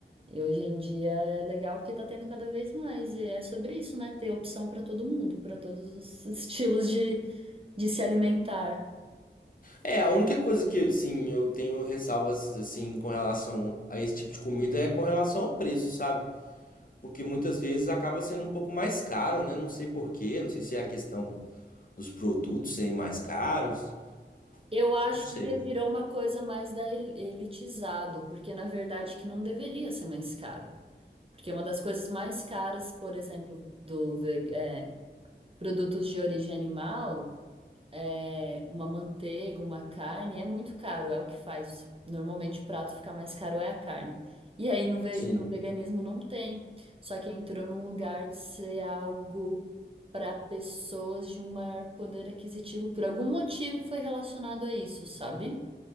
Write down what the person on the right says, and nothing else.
E hoje em dia é legal porque tá tendo cada vez mais, e é sobre isso, né? Ter opção para todo mundo, para todos os <laughs> estilos de de se alimentar.
Eu acho
porque virou uma coisa mais da el- elitizado, porque na verdade que não deveria ser mais caro. Porque uma das coisas mais caras, por exemplo, do ve- é, produtos de origem animal. é, uma manteiga, uma carne, é muito caro, é o que faz. Normalmente o prato ficar mais caro é a carne. E aí no, ve-
no veganismo não tem. Só que entrou num lugar de ser algo para pessoas de um maior poder aquisitivo. Por algum motivo foi relacionado a isso, sabe?